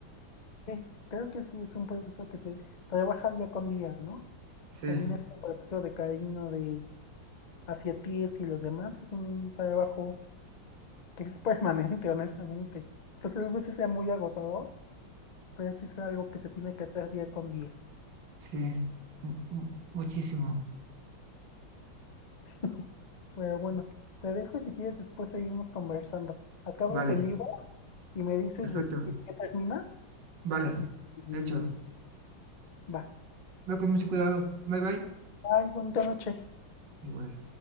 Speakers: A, on the left; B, on the right.
A: sí. Creo que sí, es un proceso que se trabaja día con día, ¿no?
B: Sí,
A: También este proceso de cariño de hacia ti y los demás es un trabajo que es permanente, <laughs> honestamente. O sea, tal vez sea muy agotador, pero sí es algo que se tiene que hacer día con día.
B: sí, mu- mu- muchísimo.
A: <laughs> Pero bueno, te dejo y si quieres después seguimos conversando. Acabas
B: Vale,
A: el libro y me dices
B: perfecto,
A: de qué termina
B: vale,
A: y, y
B: hecho.
A: va.
B: Ve con mucho cuidado, bye bye.
A: Bye, bonita noche.
B: Igual.